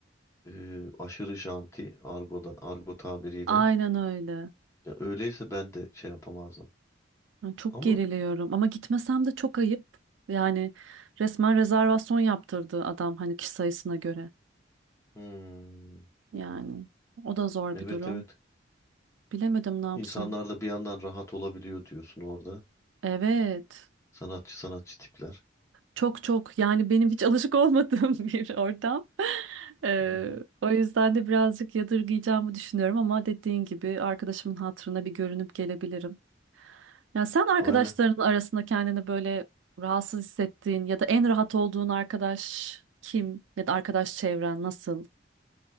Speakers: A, on the left (about 15°); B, on the right (about 80°).
A: e, aşırı janti argoda argo tabiriyle.
B: aynen öyle.
A: Ya öyleyse ben de şey yapamazdım.
B: Yani çok
A: Ama
B: geriliyorum ama gitmesem de çok ayıp. Yani resmen rezervasyon yaptırdı adam hani kişi sayısına göre.
A: hmm,
B: Yani o da zor
A: evet
B: bir durum.
A: evet.
B: Bilemedim ne yapsam.
A: İnsanlar da bir yandan rahat olabiliyor diyorsun orada.
B: Evet.
A: Sanatçı sanatçı tipler.
B: Çok çok yani benim hiç alışık olmadığım <laughs> bir ortam. Ee,
A: Hı hı.
B: o yüzden de birazcık yadırgayacağımı düşünüyorum ama dediğin gibi arkadaşımın hatırına bir görünüp gelebilirim. Ya sen arkadaşların
A: Aynen.
B: arasında kendini böyle rahatsız hissettiğin ya da en rahat olduğun arkadaş kim ya da arkadaş çevren nasıl?